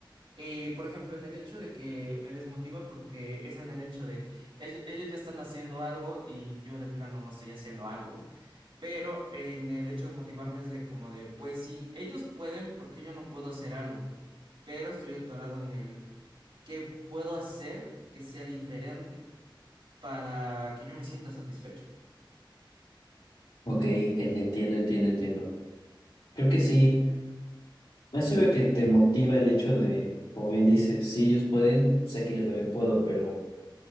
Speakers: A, on the right; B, on the left.
A: Eh, por ejemplo, en el hecho de que me desmotiva porque es en el hecho de ell- ellos, ya están haciendo algo y yo de plano no estoy haciendo algo. Pero en el hecho de motivarme es de como de, pues si ellos pueden, ¿por qué yo no puedo hacer algo? Pero estoy atorado en el qué puedo hacer que sea diferente para que yo me sienta satisfecho.
B: Ok, en- entiendo, entiendo, entiendo. Creo que sí. Eso veo que te motiva el hecho de, como bien dices, si ellos pueden, sé que yo también puedo, pero